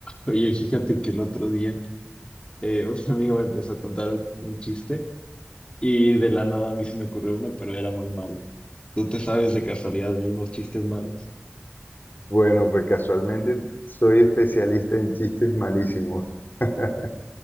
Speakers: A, on the left; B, on the left.
A: Oye, fíjate que el otro día eh, <laughs> un amigo me empezó a contar un chiste y de la nada a mí se me ocurrió uno, pero era muy malo. ¿Tú te sabes de casualidad de unos chistes malos?
B: Bueno, pues casualmente soy especialista en chistes malísimos. <laughs>